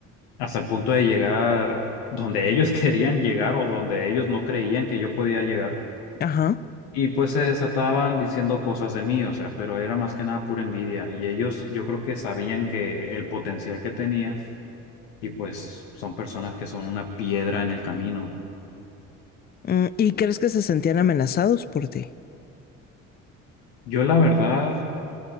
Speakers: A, on the left; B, on the left.
A: hasta el punto de llegar donde ellos <laughs> querían llegar o donde ellos no creían que yo podía llegar.
B: Ajá.
A: Y pues se desataban diciendo cosas de mí, o sea, pero era más que nada pura envidia. Y ellos yo creo que sabían que el potencial que tenía y pues son personas que son una piedra en el camino.
B: Mm, ¿Y crees que se sentían amenazados por ti?
A: Yo la verdad